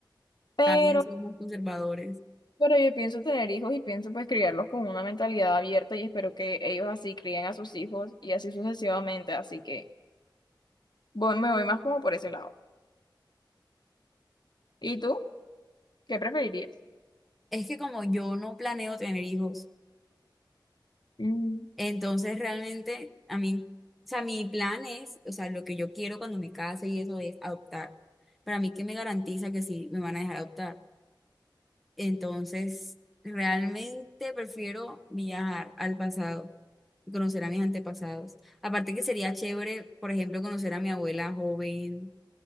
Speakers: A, on the left; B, in the centre.
A: Pero
B: Cada día somos conservadores.
A: Pero yo pienso tener hijos y pienso pues criarlos con una mentalidad abierta y espero que ellos así críen a sus hijos y así sucesivamente. Así que voy- me voy más como por ese lado. ¿Y tú? ¿Qué preferirías?
B: Es que como yo no planeo tener hijos,
A: Mm,
B: entonces realmente a mí, o sea, mi plan es, o sea, lo que yo quiero cuando me case y eso es adoptar. Para mí, ¿qué me garantiza que sí me van a dejar adoptar? Entonces, realmente prefiero viajar al pasado y conocer a mis antepasados. Aparte que sería chévere, por ejemplo, conocer a mi abuela joven